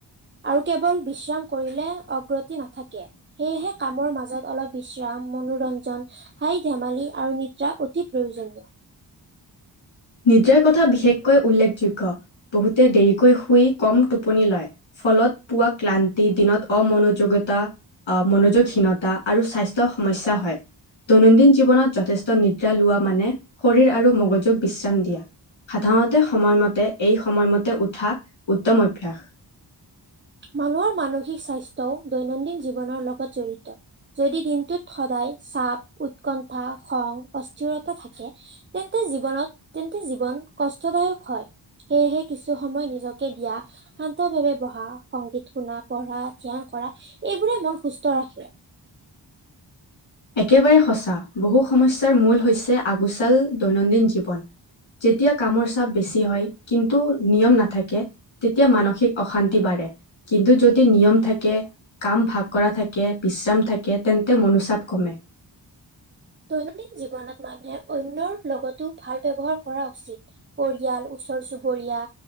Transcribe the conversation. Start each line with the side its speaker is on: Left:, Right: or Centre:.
Right: আৰু কেৱল বিশ্ৰাম কৰিলে অগ্ৰতি নাথাকে। সেয়েহে কামৰ মাজত অলপ বিশ্ৰাম, মনোৰঞ্জন, হাঁহি-ধেমালি আৰু নিদ্ৰা অতি প্ৰয়োজনীয়।
Left: নিদ্ৰাৰ কথা বিশেষকৈ উল্লেখযোগ্য বহুতে দেৰিকৈ শুই কম টোপনি লয়। ফলত পোৱা ক্লান্তি, দিনত অমনযোগতা, অ মনোযোগহীনতা আৰু স্বাস্থ্যৰ সমস্যা হয়। দৈনন্দিন জীৱনত যথেষ্ট নিদ্ৰা লোৱা মানে শৰীৰ আৰু মগজুগ বিশ্ৰাম দিয়া। সাধাৰণতে সময়মতে এই সময়মতে উঠা উত্তম অভ্যাস।
Right: মানুহৰ মানসিক স্বাস্থ্যও দৈনন্দিন জীৱনৰ লগত জড়িত। যদি দিনটোত সদায় চাপ, উৎকণ্ঠা, খং, অস্থিৰতা থাকে তেন্তে জীৱনত তেন্তে জীৱন কষ্টদায়ক হয়। সেয়েহে কিছু সময় নিজকে দিয়া, শান্ত ভাৱে বহা সংগীত শুনা, পঢ়া, ধ্যান কৰা এইবোৰে মন সুস্থ ৰাখে।
Left: একেবাৰে সঁচা বহু সমস্যাৰ মূল হৈছে আগুচাল দৈনন্দিন জীৱন যেতিয়া কামৰ চাপ বেছি হয় কিন্তু নিয়ম নাথাকে তেতিয়া মানসিক অশান্তি বাঢ়ে। কিন্তু যদি নিয়ম থাকে, কাম ভাগ কৰা থাকে, বিশ্ৰাম থাকে তেন্তে মনোচাপ কমে।
Right: দৈনন্দিন জীৱনত মানুহে অন্যৰ লগতো ভাল ব্যৱহাৰ কৰা উচিত। পৰিয়াল, ওচৰ চুবুৰীয়া,